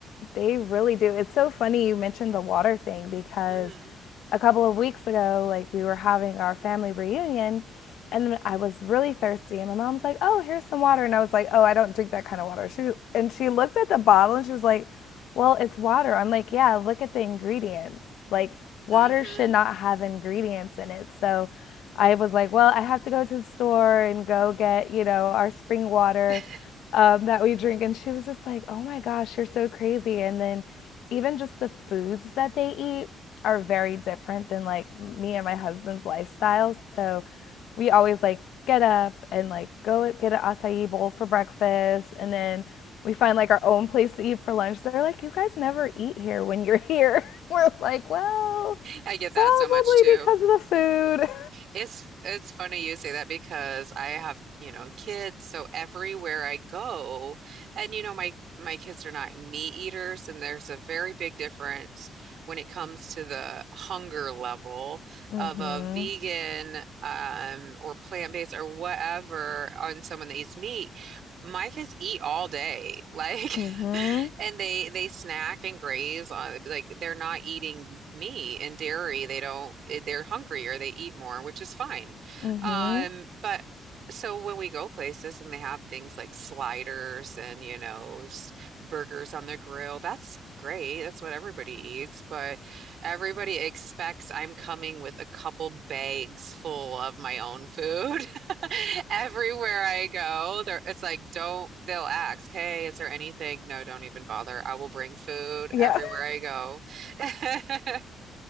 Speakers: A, on the left (about 80°); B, on the right (about 65°).
A: they really do. It's so funny you mentioned the water thing because
B: hmm
A: a couple of weeks ago, like we were having our family reunion and I was really thirsty and my mom's like, "Oh, here's some water." And I was like, "Oh, I don't drink that kind of water." She and she looked at the bottle and she was like, well, it's water. I'm like, yeah, look at the ingredients. Like, water
B: hmm
A: should not
B: <laughs>
A: have ingredients in it. So I was like, well, I have to go to the store and go get, you know, our spring water
B: <laughs>
A: um, that we drink. And she was just like, oh my gosh, you're so crazy. And then even just the foods that they eat are very different than like me and my husband's lifestyle. So we always like get up and like go get an acai bowl for breakfast and then we find like our own place to eat for lunch. They're like, you guys never eat here when you're here. <laughs> We're like, well,
B: I get that
A: probably
B: so much too.
A: because of the food.
B: It's it's funny you say that because I have, you know, kids, so everywhere I go, and you know, my my kids are not meat eaters, and there's a very big difference when it comes to the hunger level
A: <laughs> mm-hmm.
B: of a vegan um or plant-based or whatever on someone that eats meat. My kids eat all day. <laughs> Like
A: Mm-hmm.
B: <laughs> and they they snack and graze on like they're not eating meat and dairy. They don't eh, they're hungry or they eat more, which is fine.
A: Mm-hmm.
B: Um, but so when we go places and they have things like sliders and you know just burgers on the grill, that's great. That's what everybody eats, but everybody expects I'm coming with a couple bags full of my own food. <laughs> Everywhere I go, there it's like don't they'll ask, "Hey, is there anything?" No, don't even bother. I will bring food
A: Yeah.
B: everywhere I go. <laughs>